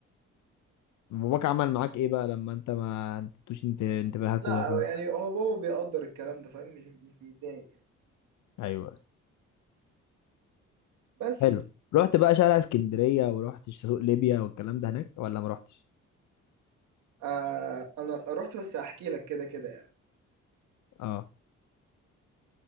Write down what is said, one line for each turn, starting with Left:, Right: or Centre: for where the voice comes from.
Left: باباك عمل معاك ايه بقى لما انت ما انتوش انت انتباهك
Right: لا
Left: ودخلت
Right: يعني هو بابا بيقدر الكلام ده فاهم مش مش بيتضايق يعني.
Left: ايوه
Right: بس
Left: حلو رحت بقى شارع اسكندرية ورحت سوق ليبيا والكلام ده هناك ولا ما رحتش
Right: آه انا رحت بس احكي لك كده كده يعني
Left: اه